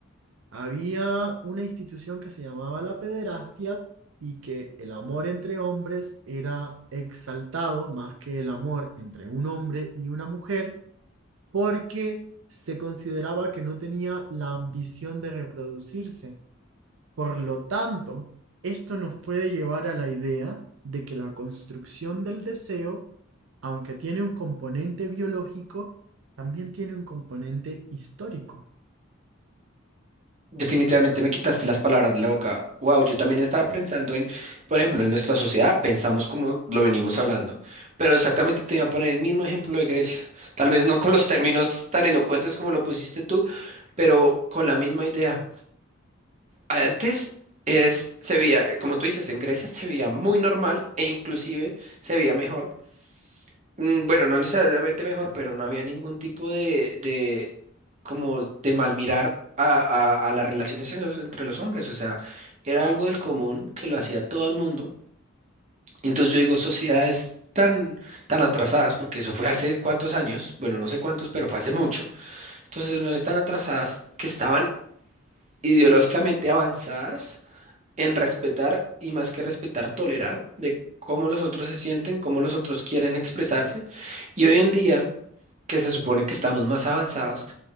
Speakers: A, on the right; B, on the right.
A: había una institución que se llamaba la pederastia y que el amor entre hombres era exaltado más que el amor entre un hombre y una mujer porque se consideraba que no tenía la ambición de reproducirse. Por lo tanto, esto nos puede llevar a la idea de que la construcción del deseo, aunque tiene un componente biológico, también tiene un componente histórico.
B: definitivamente me quitaste las palabras de la boca. Wow, yo también estaba pensando en, por ejemplo, en nuestra sociedad pensamos como lo venimos hablando, pero exactamente te iba a poner el mismo ejemplo de Grecia. Tal vez no con los términos tan elocuentes como lo pusiste tú, pero con la misma idea. Antes eres- se veía, eh, como tú dices, en Grecia se veía muy normal e inclusive se veía mejor Mm, Bueno, no necesariamente mejor, pero no había ningún tipo de, de como de mal mirar a, a- a las relaciones en los- entre los hombres. O sea, era algo del común que lo hacía todo el mundo. Entonces yo digo, sociedades tan, tan atrasadas, porque eso fue hace cuántos años, bueno, no sé cuántos, pero fue hace mucho. Entonces no están atrasadas que estaban ideológicamente avanzadas en respetar y más que respetar, tolerar de cómo los otros se sienten, cómo los otros quieren expresarse. Y hoy en día, que se supone que estamos más avanzados,